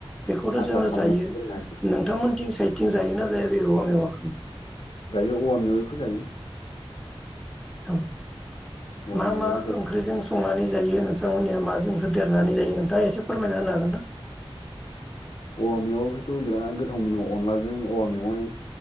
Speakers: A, in the centre; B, on the left (about 65°).
A: बेखौथ'
B: आसार
A: जोङो
B: खालामनानै
A: जायो
B: दोननाय
A: नोंथांमोनथिं साइथिं जायोना जाया बे औवा मेवाखौ
B: जायो औवा मेवाइखौ जायो
A: औ
B: औवा
A: मा
B: मेवाइखौ
A: मा
B: जायो
A: ओंख्रिजों संनानै जायो नोंथांमोननिया माजों होदेरनानै जायो नोंथाङा एसे फोरमायना होनो हागोन ना
B: औवा मेवखौथ' बिराद गोथाव मोनो अनलाजों औवा मेवाय